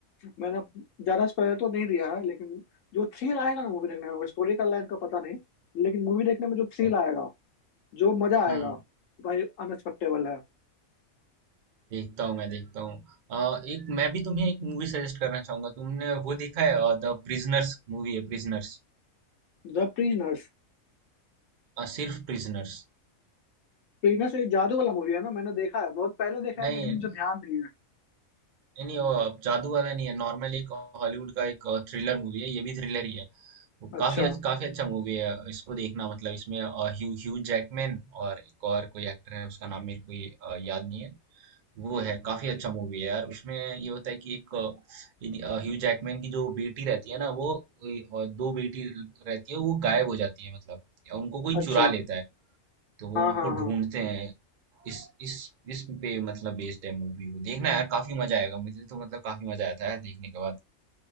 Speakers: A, on the left; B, on the right.
A: मैंने ज्यादा स्पॉइलर तो नहीं दिया है लेकिन जो थ्रिल आएगा ना मूवी देखने में स्टोरी का लाइन का पता नहीं लेकिन मूवी देखने में जो थ्रिल
B: अच्छा
A: आएगा जो मजा आएगा
B: हम्म
A: भाई अनएक्सपेक्टेबल है
B: देखता हूँ मैं देखता हूँ अ, एक मैं भी तुम्हें एक मूवी सजेस्ट करना चाहूंगा तुमने वो देखा है द प्रिजनर्स मूवी है प्रिजनर्स
A: द प्रीनर्स
B: सिर्फ प्रिजनर्स
A: प्रीनर्स एक जादू वाला मूवी है ना मैंने देखा है बहुत पहले देखा
B: नहीं
A: है लेकिन
B: नहीं
A: मुझे ध्यान नहीं है
B: नहीं, वो जादू वाला नहीं है नॉर्मल एक हॉलीवुड का एक थ्रिलर मूवी है ये भी थ्रिलर ही है वो
A: अच्छा
B: काफी अच्छ- काफी अच्छा मूवी है इसको देखना मतलब इसमें ह्यू ह्यू जैकमैन और एक और कोई एक्टर है उसका नाम मेरे को ये, अ, याद नहीं है वो है काफी अच्छा मूवी है यार उसमें ये होता है कि एक अ, इन- अ, ह्यू जैकमैन की जो बेटी रहती है ना वो ए, और दो बेटी रहती है वो गायब हो जाती है मतलब या उनको कोई
A: अच्छा
B: चुरा लेता है तो वो
A: हाँ
B: उनको
A: हाँ हाँ
B: ढूंढते हैं इस इस इस पे मतलब बेस्ड है मूवी वो देखना यार काफी मजा आएगा मुझे तो मतलब काफी मजा आया था यार देखने के बाद